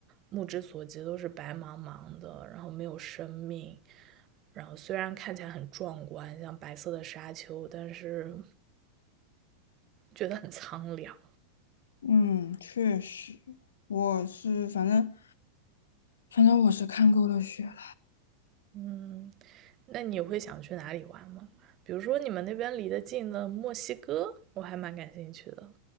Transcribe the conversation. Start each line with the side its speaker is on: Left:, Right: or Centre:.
Right: 目之所及都是白茫茫的，然后没有生命，然后虽然看起来很壮观，像白色的沙丘，但是觉得很苍凉。
Left: 嗯，确实，我是反正反正我是看够了雪了。
Right: 嗯，那你会想去哪里玩吗？比如说你们那边离得近的墨西哥，我还蛮感兴趣的。